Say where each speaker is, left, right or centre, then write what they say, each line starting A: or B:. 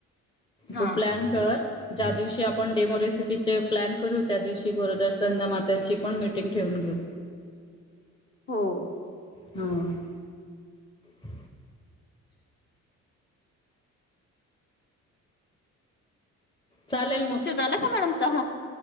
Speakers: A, on the left; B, on the left.
A: हा
B: तू प्लॅन कर. ज्या दिवशी आपण डेमो रेसिपीचे प्लॅन करू त्या दिवशी गोरदास तंदा माताची पण मीटिंग ठेवून घेऊ.
A: हो.
B: हम. <unintelligible> चालेल
A: तुमच झालं का मॅडम चहा.